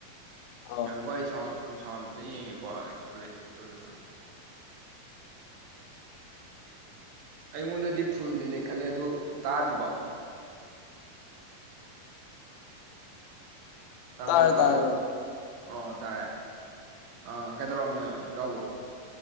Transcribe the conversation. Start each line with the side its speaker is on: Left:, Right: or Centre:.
Left: ꯑꯥ
Right: ꯑ ꯍꯣꯏ ꯁꯥꯎꯟ ꯁꯥꯎꯟ ꯑꯝꯇ ꯌꯦꯡꯒꯦꯀꯣ ꯂꯩꯈꯠꯄꯔ ꯂꯩꯈꯠꯇꯕ ꯑꯩꯉꯣꯟꯗꯗꯤ ꯐꯨꯜꯗꯤ ꯂꯩꯈꯠꯂꯦ ꯑꯗꯨ ꯇꯥꯗ꯭ꯔꯤꯕꯣ ꯇꯥꯕ꯭ꯔꯣ
Left: ꯇꯥꯔꯦ
Right: ꯇꯥꯕ꯭ꯔꯣ
Left: ꯇꯥꯔꯦ ꯃꯔꯨꯞ
Right: ꯑꯣ ꯇꯥꯔꯦ ꯑ ꯀꯩꯗꯧꯔꯝꯃꯤꯅꯣ ꯅ ꯇꯥꯥꯎꯕꯣ